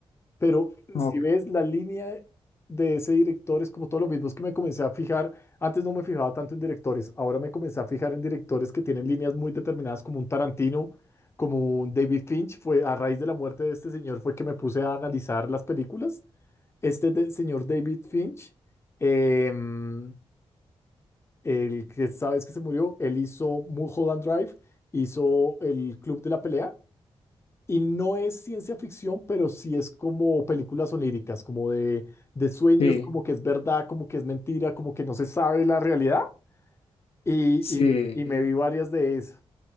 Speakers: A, on the left (about 25°); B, on the left (about 65°).
A: pero
B: Ok.
A: si ves la línea de ese director, es como todo lo mismo. Es que me comencé a fijar, antes no me fijaba tanto en directores, ahora me comencé a fijar en directores que tienen líneas muy determinadas, como un Tarantino, como un David Finch. Fue a raíz de la muerte de este señor, fue que me puse a analizar las películas. Este de- señor David Finch, em, el que sabes que se murió, él hizo Mulholland Drive, hizo El Club de la Pelea. Y no es ciencia ficción, pero sí es como películas oníricas, como de, de sueños,
B: Sí,
A: como que es verdad, como que es mentira, como que no se sabe la realidad. Y,
B: sí.
A: y, y me vi varias de esas.